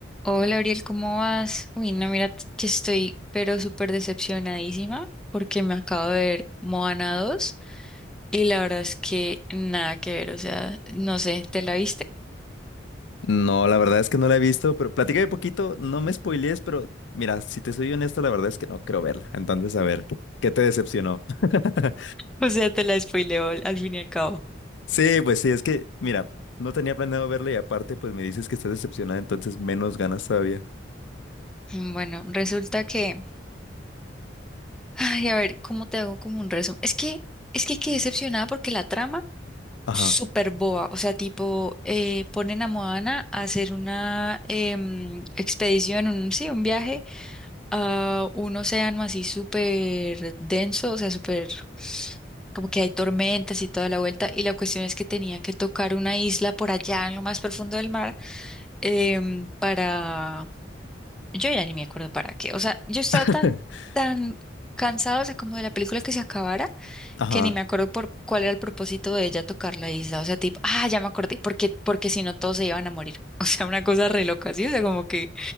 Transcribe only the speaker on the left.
No, la verdad es que no la he visto, pero platícame poquito, no me spoilees, pero mira, si te soy honesto, la verdad es que no creo verla. Entonces, a ver, ¿qué te decepcionó? <laughs>
Sí, pues sí, es que, mira, no tenía planeado verla y aparte, pues me dices que estás decepcionada, entonces menos ganas todavía.
Ajá,
<laughs>
ajá,